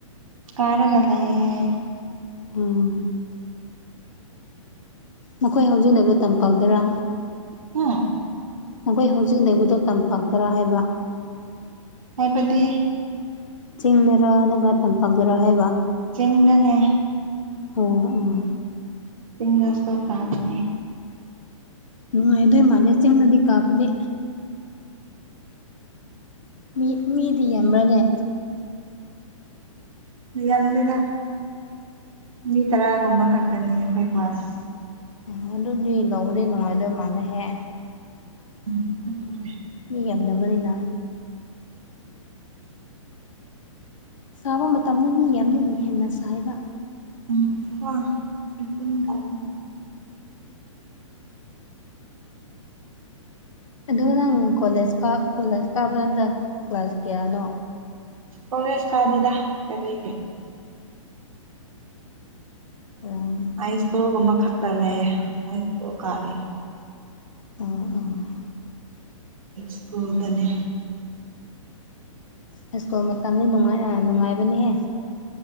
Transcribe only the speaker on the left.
ꯎꯝ ꯃꯈꯣꯏ ꯍꯧꯖꯤꯛ ꯂꯩꯕ ꯇꯝꯄꯥꯛꯗꯔꯥ
ꯅꯈꯣꯏ ꯍꯧꯖꯤꯛ ꯂꯩꯕꯗꯣ ꯇꯝꯄꯥꯛꯇꯔꯥ ꯍꯥꯏꯕ
ꯆꯤꯡꯗꯔ ꯅꯠꯇ꯭ꯔꯒ ꯇꯝꯄꯥꯛꯇꯔ ꯍꯥꯏꯕ
ꯑꯣ ꯎꯝ
ꯅꯨꯡꯉꯥꯏꯗꯣꯏ ꯃꯥꯂꯦ ꯆꯤꯡꯅꯗꯤ ꯀꯥꯕꯗꯤ ꯃꯤ ꯃꯤꯗꯤ ꯌꯥꯝꯕ꯭ꯔꯥꯅꯦ
ꯑꯣ ꯑꯗꯨꯗꯤ ꯅꯨꯡꯕꯨꯗꯤ ꯅꯨꯡꯉꯥꯏꯗꯣꯏ ꯃꯥꯜꯂꯦꯍꯦ
ꯃꯤ ꯌꯥꯝꯅꯕꯅꯤꯅ ꯁꯥꯕ ꯃꯇꯝꯅꯤ ꯃꯤ ꯌꯥꯝꯅꯤ ꯍꯦꯟꯅ ꯁꯥꯏꯌꯦꯕ
ꯑꯗꯨꯒ ꯅꯪ ꯀꯣꯂꯦꯖ ꯀꯥ ꯀꯣꯂꯦꯖ ꯀꯥꯕ ꯅꯠꯇ꯭ꯔꯥ ꯀ꯭ꯂꯥꯁ ꯀꯌꯥꯅꯣ
ꯎꯝ
ꯎꯝ ꯎꯝ
ꯍꯥꯏꯁ꯭ꯀꯨꯜ ꯃꯇꯝꯅꯤ ꯅꯨꯡꯉꯥꯏ ꯑ ꯅꯨꯡꯉꯥꯏꯕꯅꯤꯍꯦ